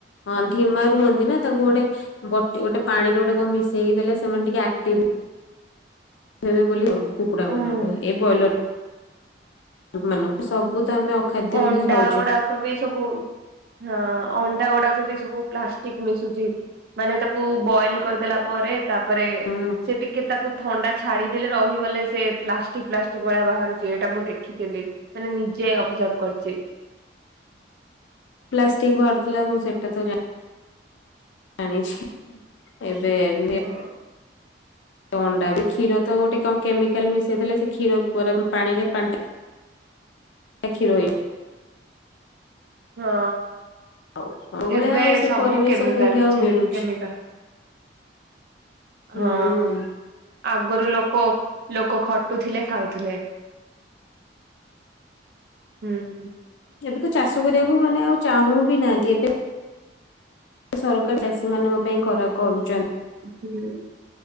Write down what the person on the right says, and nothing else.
ହୁଁ
ଅଣ୍ଡା
ଗୁଡାକ ବି ସବୁ ହଁ ଅଣ୍ଡା ଗୁଡାକ ବି ସବୁ ପ୍ଲାଷ୍ଟିକ ମିଶୁଛି ମାନେ ତାକୁ ବଏଲ କରିଦେଲା ପରେ ତାପରେ
ସେ ଟିକେ ତାକୁ ଥଣ୍ଡା ଛାଡିଥିଲେ ରହିଗଲେ ସେ ପ୍ଲାଷ୍ଟିକ ପ୍ଲାଷ୍ଟିକ ଭଳିଆ ବାହାରୁଛି ଏଇଟା ମୁଁ ଦେଖିଥିଲି। ମାନେ ନିଜେ ଅବଜର୍ଭ କରିଛି।
ହଁ।
ହଁ।
ଏବେ
ସବୁ
କେମିକାଲ
ସବୁ
କେମିକାଲ
ହଁ ଆଗରୁ ଲୋକ ଲୋକ ଖଟୁଥିଲେ ଖାଉଥିଲେ। ହୁଁ।
ହୁଁ।